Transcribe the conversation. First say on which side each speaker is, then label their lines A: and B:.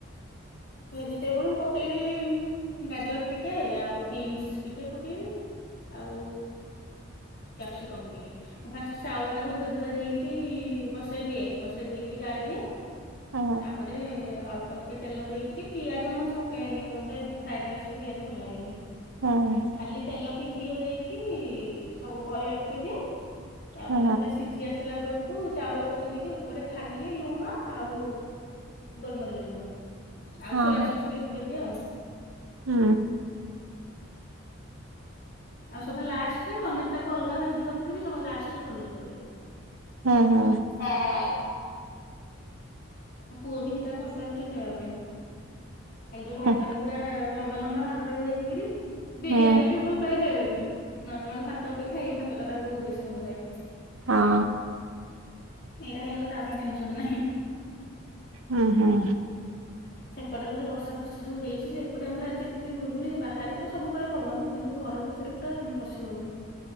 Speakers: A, on the left (about 50°); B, on the right (about 85°).
A: ଭେଜିଟେବୁଲ୍ ପକେଇବି ଗାଜର ଟିକେ ଆଉ ବିନ୍ସି ଟିକେ ପକେଇବି। ଆଉ କ୍ୟାପ୍ସିକମ୍ ଟିକେ। ଫାଷ୍ଟ ଚାଉଳ ଟାକୁ ଧୋଇ ଧୁଆ ଦେଇକିରି ବସେଇ ଦିଏ ବସେଇ ଦେଇକିରି ଗାଳି ଦିଏ।
B: ହୁଁ
A: ତାପରେ ଅଳ୍ପ ଟିକେ ତେଲ ଦେଇକି। ଟିକେ ପିଆଜ ମତେ ପକଏବନି ମତେ ଫ୍ରାଏଡ୍ରେସେରେ ପିଆଜ ଭଲ ଲାଗେନି।
B: ହଁ।
A: ଖାଲି ତେଲ ଘିଅ ଦେଇକି ସବୁ ପରିବା ପକେଇ ଦିଏ ତାପରେ
B: ହୁଁ
A: ସେଟା ସିଜ୍ ଜି ଆସିଲା ବେଳକୁ ଚାଉଳ ପକେଇ ଦେଇକି ଉପରେ ଖାଲି ଲୁଣ ଆଉ। ଗୋଲମରିଚ ଗୁଣ୍ଡ ଆଉ
B: ହଁ
A: ସୋୟା
B: ହଁ
A: ସୋସ୍ ଟିକେ ପକେଇଦିଏ ଆଉ।
B: ହୁଁ।
A: ଆଉ ସଭା ଲାଷ୍ଟେ ରେ ପନିର ଟାକୁ ଅଲଗା ଭାଜିକି ରିଖିଥିବି ସଭା ଲାଷ୍ଟେରେ ପନିର ପକେଇବି।
B: ହୁଁ ହୁଁ।
A: ହଁ ହଁ। ମୋ ପୁଅ ବି ସେଇଟା ଭଲ ପାଉଚି ଖାଇବା ପାଇଁ। ସେଇଟୁ ଭାତଟା
B: ହୁଁ
A: ପୁରା ଲମ୍ବା ଲମ୍ବା ଭାତ ଟାକୁ ଦେଖିକିରି ବିରିୟାନୀ
B: ହୁଁ
A: ବି ଭଲ ପାଏ ଖାଇବା ପାଇଁ ନର୍ମାଲ ଭାତ ଅପେକ୍ଷା ଏଇ ଭାତ ଟା ତାକୁ ବେଶୀ ଭଲ ଲାଗେ।
B: ହଁ
A: ଏଇରା ହେଇଗଲେ ତା ପାଇଁ ଟେନେସନ୍ ନାହିଁ।
B: ହଁ ହଁ।
A: ସେପଟେ ବୋଧେ ବର୍ଷା ଫର୍ଷା ସବୁ ହେଇଛିଯେ ଏପଟେ ଆମର ଏତେ ଗୁଳୁଗୁଳି ବାହାରେ ସବୁବେଳେ ପବନ କିନ୍ତୁ ଘର ଭିତରେ ପୁରା ପଶି ହଉନି।